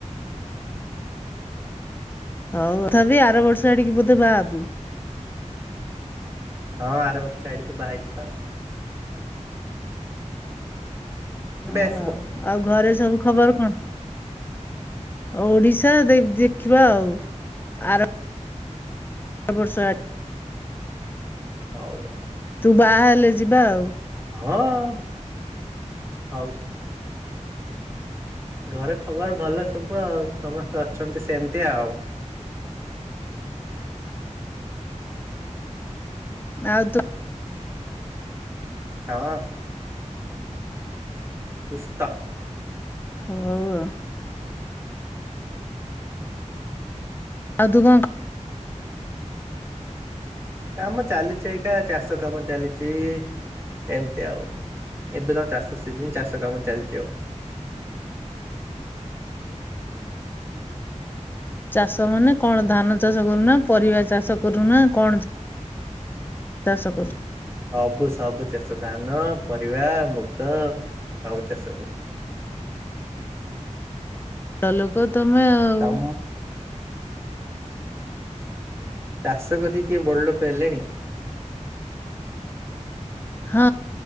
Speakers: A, on the left; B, on the right.
A: ହଉ ତଥାପି ଆର ବର୍ଷ ଆଡିକି ବୋଧେ ବାହାହବୁ।
B: ହଁ ଆର ବର୍ଷ ସାଇଡିକି ବାହାରିଛି ପା <inaudible>
A: ହଁ
B: ଆସିବ?
A: ଆଉ ଆଉ ଘରେ ସବୁ ଖବର କଣ? ଓଡିଶା ଦେଖିବା ଆଉ ଆର ଆର ବର୍ଷ ଆ
B: ହଉ। ଆଉ।
A: ତୁ ବାହା ହେଲେ ଯିବା ଆଉ।
B: ହଁ <inaudible> ହଉ ଘରେ ଖବର ଭଲ ସବୁ ଆଉ ସମସ୍ତେ ଅଛନ୍ତି ସେମିତି ଆଉ <inaudible>
A: ଆଉ ତ
B: <unintelligible> ସୁସ୍ଥ।
A: ହଉ ଆଉ ତୁ କ
B: କାମ ଚାଲିଛି ଏଇକା ଚାଷ କାମ ଚାଲିଛି ଏମତି ଆଉ ଏବେ ତ ଚାଷ ସିଜନ୍ ଚାଷ କାମ ଚାଲିଛି ଆଉ <inaudible>
A: ଚାଷ ମାନେ କଣ ଧାନ ଚାଷ କରୁନା ପରିବା ଚାଷ କରୁନା କଣ ଚାଷ କରୁ
B: ସବୁ ସବୁ ଚାଷ ଧାନ ପରିବା ମୁଗ ଆଉ ଚାଷ କରେ। <inaudible>
A: ତା ଲୋକ ତମେ ଆଉ
B: ତମ ଚାଷ କରିକି କିଏ ବଡଲୋକ୍ ହେଲେଣି।
A: ହଁ